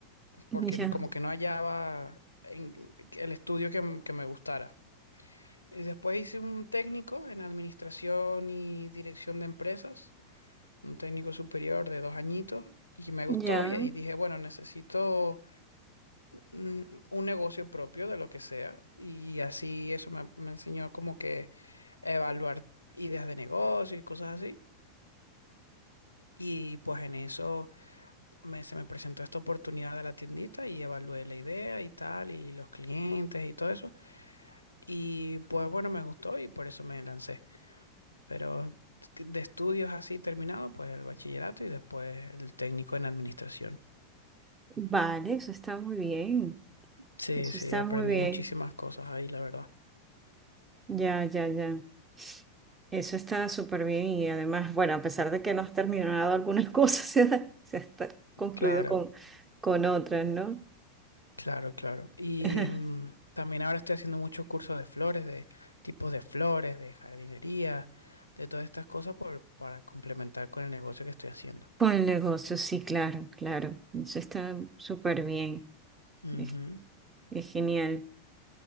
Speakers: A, on the right; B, on the left.
A: <laughs>
B: porque
A: ya,
B: como que no hallaba en- el estudio que, m- que me gustara. Y después hice un técnico en administración y dirección de empresas, un técnico superior de dos añitos, y me gustó
A: ya.
B: y ahí dije, bueno, necesito mm, un negocio propio de lo que sea. Y así eso me, me enseñó como que a evaluar ideas de negocio y cosas así. Y pues en eso me- se me presentó esta oportunidad de la tiendita y evalué la idea y tal, y los clientes y todo eso. Y pues bueno, me gustó y por eso me lancé. Pero de estudios así terminado, pues el bachillerato y después el técnico en administración.
A: Vale, eso está muy bien.
B: Sí,
A: Eso
B: sí,
A: está
B: aprendí
A: muy bien.
B: muchísimas cosas ahí, la verdad.
A: Ya, ya, ya. Eso está súper bien y además, bueno, a pesar de que no has terminado algunas cosas, <laughs> se ha, se está concluido
B: Claro,
A: con, con otras, ¿no?
B: claro, claro. Y
A: <laughs>
B: mm, también ahora estoy haciendo muchos cursos de flores, de tipos de flores, de jardinería, de todas estas cosas por, para complementar con el negocio que estoy haciendo.
A: Con el negocio, sí, claro, claro. Eso está súper bien.
B: Ujú.
A: es es genial